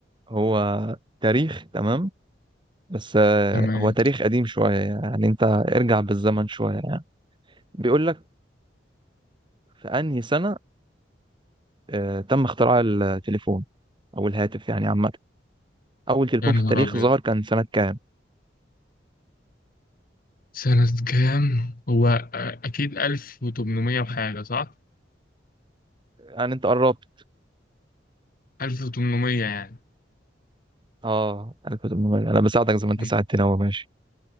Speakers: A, on the right; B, on the left.
A: هو تاريخ تمام بس آه،
B: تمام
A: هو تاريخ قديم شوية يعني انت ارجع بالزمن شوية يعني بيقول لك في انهي سنة آه، تم اختراع التليفون او الهاتف يعني عامة اول تليفون
B: يا نهار
A: في التاريخ
B: أبيض
A: ظهر كان سنة كام
B: سنة كام؟ هو آه، أكيد 1800 وحاجة صح؟
A: يعني انت قربت
B: 1800 يعني
A: اه انا كنت انا بساعدك زي ما انت
B: م-
A: ساعدتني اهو ماشي